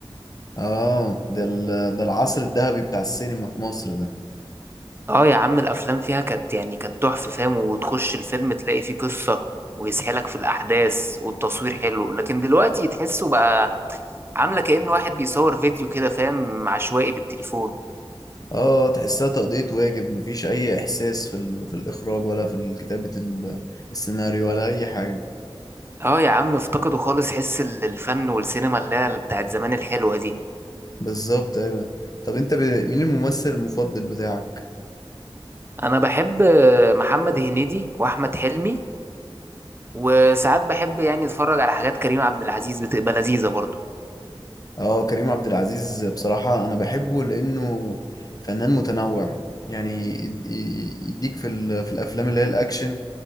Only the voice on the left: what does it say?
اه ده ال... ده العصر الذهبي بتاع السينما في مصر ده
اه تحسها تقضية واجب مفيش اي احساس في ال... في الاخراج ولا في كتابة ال... السيناريو ولا اي حاجة
بالظبط ايوه طب انت ب... مين الممثل المفضل بتاعك
اه كريم عبد العزيز بصراحة أنا بحبه لأنه فنان متنوع يعني يد- ي- يديك في ال- في الأفلام اللي هي الأكشن